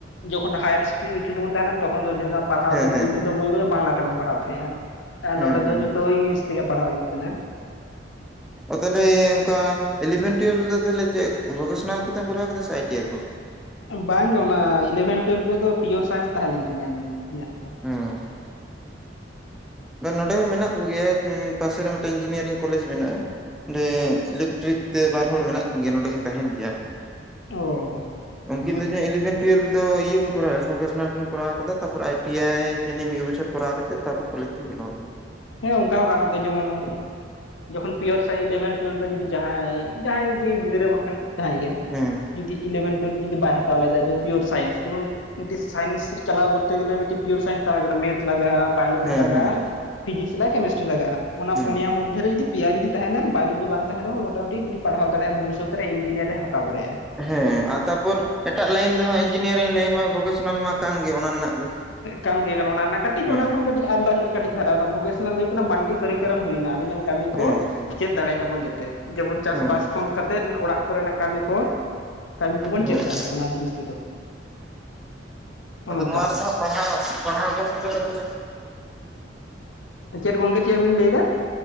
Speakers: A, on the left; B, in the centre.
A: ᱡᱚᱠᱷᱚᱱ ᱦᱟᱭᱟᱨ <unintelligible> ᱵᱚᱱ ᱛᱟᱦᱮᱸᱱᱟ ᱛᱚᱠᱷᱚᱱ ᱫᱚ ᱯᱟᱲᱦᱟᱣ
B: ᱦᱮᱸ
A: ᱠᱚ
B: ᱦᱮᱸ
A: ᱵᱳᱭ ᱡᱷᱚᱛᱚ ᱵᱳᱭ ᱵᱳᱭ ᱵᱟᱝᱞᱟ ᱛᱮᱵᱚᱱ ᱯᱟᱲᱦᱟᱣ ᱛᱟᱦᱮᱸᱜ ᱼᱟ
B: ᱦᱮᱸ
A: ᱱᱚᱰᱮ ᱫᱚ
B: ᱦᱮᱸ
A: ᱡᱚᱛᱚ ᱤᱝᱞᱤᱥ ᱛᱮᱜᱮ ᱯᱟᱲᱦᱟᱣ ᱦᱩᱭᱩᱜ ᱠᱟᱱᱟ <inaudible>
B: ᱟᱫᱚ ᱞᱟ. ᱭᱟᱹᱜ ᱤᱧ ᱚᱱᱠᱟ ᱤᱞᱤᱵᱷᱮᱱ ᱴᱩᱭᱮᱞᱵᱷ ᱠᱚᱫᱚ ᱛᱟᱦᱚᱞᱮ ᱪᱮᱫ ᱵᱷᱚᱠᱮᱥᱚᱱᱟᱞ ᱠᱚᱛᱮᱢ ᱠᱚᱨᱟᱣ ᱠᱟᱫᱟ ᱥᱮ ᱟᱭ ᱴᱤ ᱟᱭ ᱠᱚ
A: ᱵᱟᱝ ᱜᱮ ᱚᱱᱟ ᱤᱞᱮᱵᱷᱮᱱ ᱴᱩᱭᱮᱞᱵᱷ ᱨᱮᱫᱚ ᱯᱤᱭᱳᱨ ᱥᱟᱭᱮᱱᱥ ᱛᱟᱦᱮᱸ ᱞᱮᱱ ᱛᱤᱧᱟᱹ ᱤᱧᱟᱹᱜ ᱫᱚ
B: ᱦᱩᱸ ᱦᱳᱭ ᱱᱚᱸᱰᱮ ᱦᱚᱸ ᱢᱮᱱᱟᱜ ᱠᱚ ᱜᱮᱭᱟ ᱚᱸᱻ ᱯᱟᱥᱮ ᱨᱮ ᱢᱤᱫ ᱴᱮᱱ ᱤᱧᱡᱤᱱᱤᱭᱟᱨᱤᱝ ᱠᱚᱞᱮᱡᱽ ᱢᱮᱱᱟᱜᱼᱟ ᱚᱸᱰᱮ ᱤᱞᱮᱠᱴᱨᱤᱠ ᱛᱮ ᱵᱟᱨ ᱦᱚᱲ ᱢᱮᱱᱟᱜ ᱠᱤᱱ ᱜᱮᱭᱟ ᱱᱚᱰᱮ ᱠᱤᱱ ᱛᱟᱦᱮᱱ ᱜᱮᱭᱟ
A: ᱚ
B: <inaudible> ᱩᱱᱠᱤᱱ
A: ᱦᱮᱸ
B: ᱫᱚ ᱡᱮ ᱤᱞᱤᱵᱷᱮᱱ ᱴᱩᱭᱮᱞᱵᱷ ᱫᱚ ᱤᱭᱟᱹ ᱠᱤᱱ ᱠᱚᱨᱟᱣᱫᱟ ᱵᱷᱚᱠᱮᱥᱱᱟᱞ ᱠᱤᱱ ᱠᱚᱨᱟᱣ ᱠᱟᱫᱟ ᱛᱟᱯᱚᱨ ᱟᱭ ᱴᱤ ᱟᱭ ᱡᱟᱹᱱᱤᱡ ᱢᱤᱫ ᱵᱚᱪᱷᱚᱨ ᱠᱚᱨᱟᱣ ᱠᱟᱛᱮ ᱛᱟᱯᱚᱨ ᱠᱚᱞᱮᱠᱷᱤᱱ ᱵᱚᱞᱚ
A: ᱦᱮᱸ ᱚᱱᱠᱟ ᱦᱚᱸ ᱜᱟᱱᱚᱜ ᱜᱮᱭᱟ ᱡᱮᱢᱚᱱ ᱡᱚᱠᱷᱚᱱ ᱯ <inaudible> ᱤᱞᱮᱵᱷᱮᱱ ᱴᱩᱭᱮᱞ ᱨᱮ ᱡᱩᱤ ᱡᱟᱦᱟᱸᱭ ᱡᱟᱦᱟᱸᱭ ᱜᱮ ᱜᱤᱫᱽᱨᱟᱹ ᱵᱟᱝ ᱠᱷᱟᱱ ᱡᱟᱦᱟᱸᱭ ᱜᱮ
B: ᱦᱮᱸ
A: ᱡᱩᱫᱤ ᱤᱞᱮᱵᱷᱮᱱ ᱴᱩᱭᱮᱞᱵᱷ ᱡᱩᱫᱤ ᱵᱟᱭ ᱦᱟᱛᱟᱣ ᱞᱮᱫᱟ ᱡᱮ ᱯᱤᱭᱳᱨ ᱥᱟᱭᱮᱱᱥ ᱡᱮᱢᱚᱱ ᱢᱤᱴᱤᱡ ᱥᱟᱭᱮᱱᱥ ᱪᱟᱞᱟᱣ ᱠᱚᱨᱛᱮ ᱜᱮᱞᱮ ᱢᱤᱫ ᱴᱤᱡ ᱯᱤᱭᱳᱨ ᱥᱟᱭᱮᱱᱥ ᱢᱮᱛᱷ ᱞᱟᱜᱼᱟ ᱵᱟᱭᱳᱞᱚᱡᱤ
B: ᱦᱮᱸ
A: ᱞᱟᱜᱟᱜᱼᱟ
B: ᱦᱮᱸ
A: ᱯᱷᱤᱡᱤᱠᱥ ᱠᱮᱢᱮᱥᱴᱨᱤ ᱞᱟᱜᱟᱜᱼᱟ ᱚᱱᱟ
B: ᱦᱮᱸ
A: ᱯᱩᱱᱭᱟ ᱢᱩᱫᱽ <inaudible> ᱢᱤᱫ ᱫᱷᱟᱣᱨᱮ ᱡᱩᱤ ᱯᱮᱭᱟ ᱡᱩᱫᱤ ᱛᱟᱦᱮᱱᱟ ᱵᱟᱭᱳᱞᱚᱡᱤ ᱵᱟᱝ ᱛᱟᱦᱮᱱ ᱨᱮᱦᱚᱸ ᱢᱚᱴᱟᱢᱩᱴᱤ ᱡᱩᱫᱤ ᱯᱟᱲᱦᱟᱣ ᱫᱟᱲᱮᱭᱟᱜᱼᱟ ᱵᱷᱚᱵᱤᱥᱚᱛ ᱨᱮ ᱤᱧᱡᱤᱱᱤᱭᱟᱨᱮ ᱦᱟᱛᱟᱣ ᱫᱟᱲᱮᱭᱟᱜᱼᱟ
B: ᱦᱮᱸ ᱟᱨ ᱛᱟᱯᱚᱨ ᱮᱴᱟᱜ ᱞᱟᱭᱤᱱ ᱫᱚ ᱦᱟᱸᱜ ᱤᱧᱡᱤᱱᱤᱭᱟᱨᱤᱝ ᱞᱟᱭᱤᱱ ᱢᱟ ᱵᱷᱚᱠᱮᱥᱚᱱᱟᱞ ᱢᱟ ᱠᱟᱱ ᱜᱮ ᱚᱱᱟ ᱨᱮᱱᱟᱜ ᱜᱮ
A: ᱠᱟᱱ ᱜᱮ ᱠᱟᱱᱟ ᱚᱱᱟ ᱨᱮᱱᱟᱜ ᱠᱟᱹᱴᱤᱡ
B: ᱦᱮᱸ
A: ᱚᱱᱟ ᱠᱷᱚᱱ ᱠᱟᱹᱴᱤᱡ ᱟᱞᱫᱟ ᱧᱚᱜ ᱠᱟᱹᱴᱤᱡ ᱫᱷᱟᱨᱟ ᱚᱱᱟ ᱵᱷᱚᱠᱮᱥᱱᱟᱞ ᱫᱚ ᱦᱩᱭᱩᱜ ᱠᱟᱱᱟ ᱢᱟᱞᱴᱤ ᱠᱟᱨᱤᱠᱚᱨᱟᱢ ᱦᱩᱭᱱᱟ ᱟᱹᱰᱤ ᱜᱟᱱ ᱠᱟᱹᱢᱤ ᱠᱚ
B: ᱦᱮᱸ ᱦᱮᱸ
A: ᱪᱮᱫ ᱫᱟᱲᱮᱭᱟᱜ ᱵᱚᱱ ᱡᱟᱛᱮ ᱡᱮᱢᱚᱱ ᱪᱟᱥᱼᱵᱟᱥ
B: ᱦᱮᱸ
A: ᱠᱷᱚᱱ ᱠᱟᱛᱮ ᱚᱲᱟᱜ ᱠᱚᱨᱮᱱᱟᱜ ᱠᱟᱹᱢᱤ ᱠᱚ <inaudible> ᱠᱟᱹᱢᱤ ᱠᱚᱵᱚᱱ
B: ᱦᱮᱸ
A: ᱪᱮᱫ ᱫᱟᱲᱮᱭᱟᱜᱼᱟ ᱚᱱᱟ ᱡᱤᱱᱤᱥ ᱛᱮᱫᱚ ᱱᱚᱜᱼᱚ
B: ᱟᱫᱚ
A: ᱱᱚᱝᱠᱟ
B: ᱱᱚᱶᱟ ᱨᱮᱫᱚ ᱦᱟᱸᱜ ᱯᱟᱲᱦᱟᱣ ᱯᱟᱲᱦᱟᱣ ᱠᱚ ᱥᱚᱸ <inaudible>
A: ᱪᱮᱫ ᱜᱚᱝᱠᱮ ᱪᱮᱫ ᱵᱤᱱ ᱞᱟᱹᱭᱮᱫᱟ?